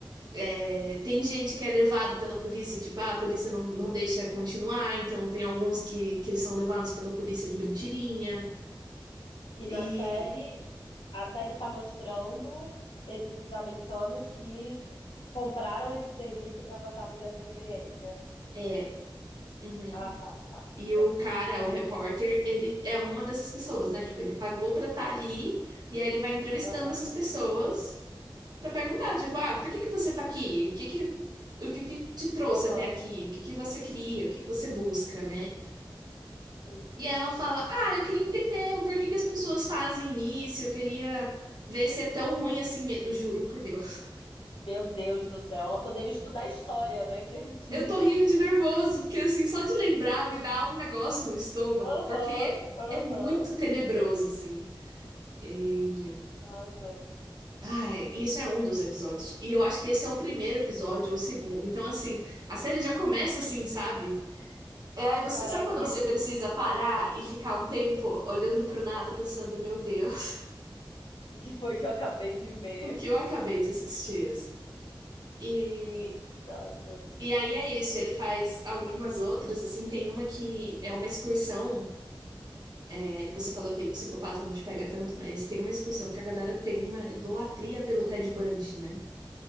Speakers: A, on the right (about 55°); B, on the left (about 80°).
A: é, tem gente que é levado pela polícia, tipo, ah, a polícia não, não deixa continuar, então tem alguns que, que são levados pela polícia de mentirinha.
B: E
A: E.
B: na série, a série tá mostrando esses americanos que compraram esse serviço pra passar por essa experiência.
A: é, Uhum.
B: Ah, tá, tá.
A: E
B: Show.
A: o cara, o repórter, ele é uma dessas pessoas, né? Tipo, ele pagou pra estar ali e aí ele vai entrevistando
B: Aham.
A: essas pessoas pra perguntar, tipo, ah, por que que você tá aqui? O que que, o que que te trouxe
B: Aham.
A: até aqui? O que que você queria? O que que você busca, né?
B: Sim.
A: E aí ela fala, ah, eu queria entender o porquê que as pessoas fazem isso, eu queria ver se é tão ruim assim mesmo. Juro por Deus. <laughs>
B: Meu Deus do céu, ela poderia estudar história, né? Que assim.
A: Eu tô rindo de nervoso, porque assim, só de lembrar me dá um negócio no estômago,
B: <laughs> Aham,
A: porque
B: aham.
A: é muito tenebroso, assim. E...
B: Nossa.
A: Ai, isso é um dos episódios. E eu acho que esse é o primeiro episódio ou o segundo. Então, assim, a série já começa assim, sabe? É aí você.
B: Caraca,
A: Sabe quando
B: e
A: você
B: o
A: precisa parar e ficar um tempo olhando pro nada, pensando, meu Deus,
B: o que foi que eu acabei de
A: <laughs>
B: ver?
A: o que eu acabei de assistir, assim? E.
B: Nossa.
A: E aí é isso, ele faz algumas outras, assim, tem uma que é uma excursão, é, que você falou que psicopata não te pega tanto, mas tem uma excursão que a galera tem uma idolatria pelo Ted Bundy, né?